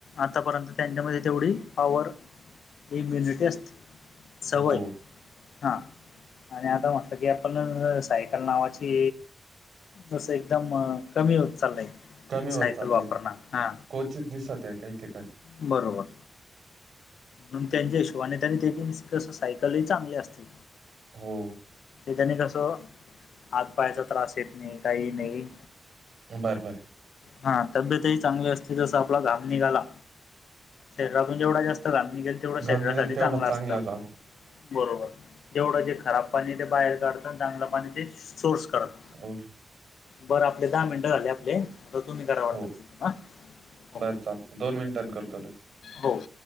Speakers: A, on the left; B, on the right.
A: आतापर्यंत त्यांच्यामध्ये तेवढी पवर एक
B: हम्म.
A: म्यनिटेस्ट सवय
B: हो
A: हा आणि आता म्हटलं की आपण सायकल नावाची तस एकदम कमी होत चाललंय
B: कमी होत
A: सायकल
B: चाललंय
A: वापरण हा
B: क्वचित दिसत आहे काही ठिकाण
A: बरोबर म्हणून त्यांच्या यश्वाने त्यां आणि त्याची कस सायकलही चांगली असते
B: हो
A: त्याच्याने कसं आात पायाचा त्रास येत नाही काही नाही
B: बरं बरं
A: हा तब्येतही चांगली असते जस आपला घाम निघाला शरीरातून जेवढा जास्त घमी गेल तेवढा शरीरासाठी
B: घाम निघाल तेवढा
A: चांगला असत
B: राग
A: बरोबर तेवढं जे खराब पाणी ते बाहेर काढतं चांगलं पाणी ते सोर्स करतं.
B: होल
A: बरं आपले दहा मिनटं झााले आपले आ तुम्ही करा वाटत
B: हो,
A: तिथ ना हो
B: बरं चाल दोन मिनिटांनी करतो लगेच.
A: हो